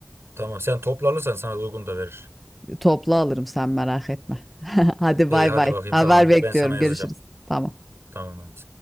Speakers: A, on the right; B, in the centre.
A: Tamam. Sen toplanırsan sana da uygun da verir.
B: Toplu alırım sen merak etme. <laughs> Hadi
A: İyi
B: bay
A: hadi
B: bay.
A: bakayım
B: Haber
A: tamam.
B: bekliyorum.
A: Ben sana yazacağım.
B: Görüşürüz. Tamam.
A: Tamam hadi.